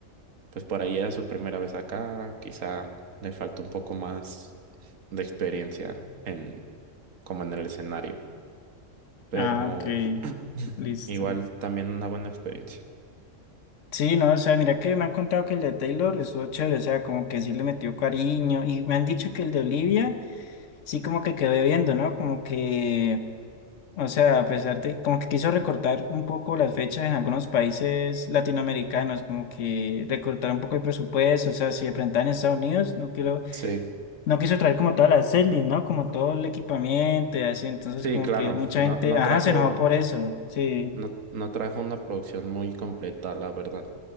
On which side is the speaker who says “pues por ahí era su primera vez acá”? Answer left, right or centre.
Right